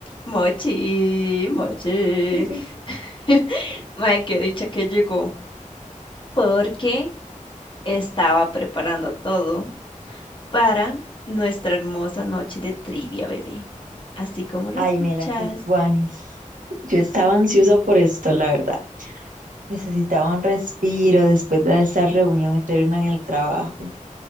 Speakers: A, on the left; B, on the right.
A: Mochi, mochi.
B: <laughs>
A: <laughs> Mae, qué dicha que llegó, porque estaba preparando todo para nuestra hermosa noche de trivia, bebé. Así como lo
B: Ay,
A: escuchas.
B: Mela, qué tuanis. Yo estaba ansiosa por esto, la verdad. Necesitaba un respiro después de esa reunión eterna en el trabajo.